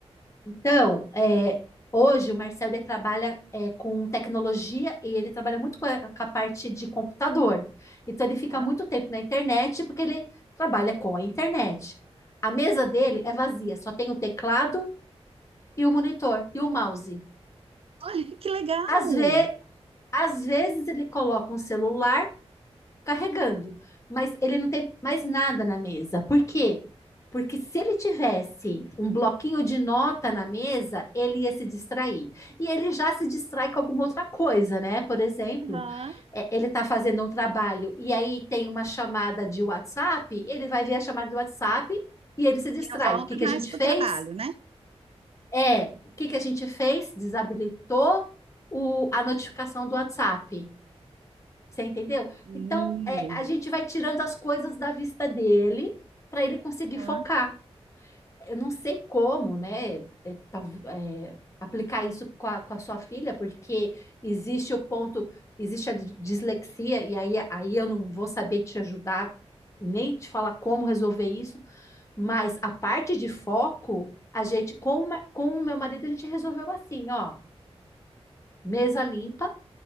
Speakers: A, on the left; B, on the right.
A: Então, é, hoje o Marcelo ele trabalha é, com tecnologia e ele trabalha muito com a, com a parte de computador. Então, ele fica
B: Tá?
A: muito tempo na internet porque ele trabalha com a internet. A mesa dele é vazia, só tem o teclado e o monitor e o mouse.
B: Olha, que legal!
A: Às ve- às vezes ele coloca um celular carregando, mas ele não tem mais nada na mesa. Por quê? Porque se ele tivesse um bloquinho de nota na mesa, ele ia se distrair. E ele já se distrai com alguma outra coisa, né? Por exemplo,
B: Aham.
A: é, ele está fazendo um trabalho e aí tem uma chamada de WhatsApp, ele vai ver a chamada do WhatsApp e ele se distrai.
B: E não volta
A: O que que
B: mais
A: a gente
B: para
A: fez?
B: o trabalho, né?
A: É, o que que a gente fez? Desabilitou o, a notificação do WhatsApp. Você entendeu?
B: E,
A: Então, é, a gente vai tirando as coisas da vista dele para ele conseguir
B: Aham.
A: focar. Eu não sei como, né? é, tal- é, aplicar isso com a, com a sua filha, porque existe o ponto, existe a di- dislexia, e aí, aí eu não vou saber te ajudar, nem te falar como resolver isso, mas a parte de foco, a gente, com, o ma- com o meu marido, a gente resolveu assim, ó, mesa limpa